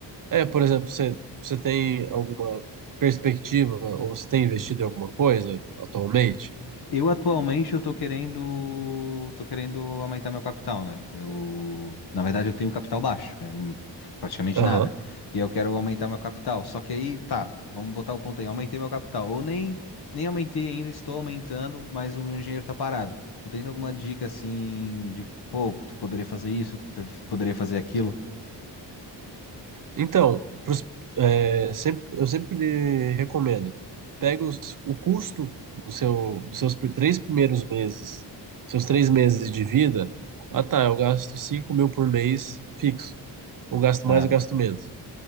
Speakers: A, on the right (about 50°); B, on the left (about 60°).
A: É, por exemplo, você, você tem alguma perspectiva ou você tem investido em alguma coisa atualmente?
B: Eu atualmente eu tô querendo tô querendo aumentar meu capital, né? Eu, na verdade eu tenho um capital baixo, é hum, praticamente
A: Aham.
B: nada. E eu quero aumentar meu capital. Só que aí, tá, vamos botar o ponto aí, aumentei meu capital ou nem nem aumentei ainda, estou aumentando, mas o meu dinheiro tá parado. Tu tens alguma dica assim de, pô, tu poderia fazer isso, tu poder- poderia fazer aquilo?
A: Então, pros- é, sempre, eu sempre recomendo, pega os, o custo do seu, dos seus pr- três primeiros meses, seus três meses de vida. Ah, tá, eu gasto 5 mil por mês fixo. ou gasto
B: Tá.
A: mais ou gasto menos.